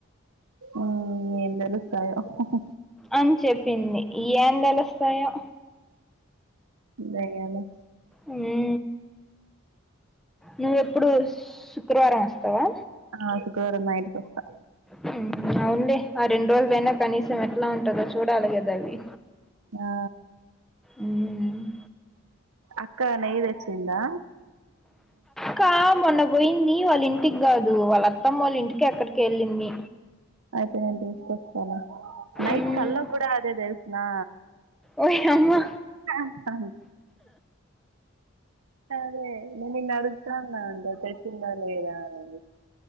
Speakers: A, on the right; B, in the centre.
A: ఉహ్ ఏం దేలుస్తాయో ఉహుహ్
B: ఆన్ చెప్పింది యాన్ దేలుస్తాయో.
A: దయాల
B: ఉహ్ నువ్వెప్పుడు స్ శుక్రవారం వస్తావా.
A: ఆకు కూర నైట్ తెస్తా.
B: ఉహ్ అవుండే ఆ రెండు రోజులైనా కనీసం ఎట్లా ఉంటందో చూడాలి గదా అవీ.
A: నా
B: ఉహుహ్
A: అక్క నెయ్యి దేచ్చినా.
B: కా మొన్న బోయింది వాళ్ళ ఇంటికి గాదు, వాళ్ళ అత్తమోల్ ఇంటికి ఎక్కడికి వెళ్ళింది.
A: అయితే నేన్ తీసుకోస్తాలే నైట్
B: మ్మ్.
A: కల్ కూడా అదే దేల్సనా.
B: ఓయ్ హమ్మా
A: చేస్తాన్ అదే నీన్ అడుగుతాన్నా అంత తెచ్చిందా లేదా అనేది.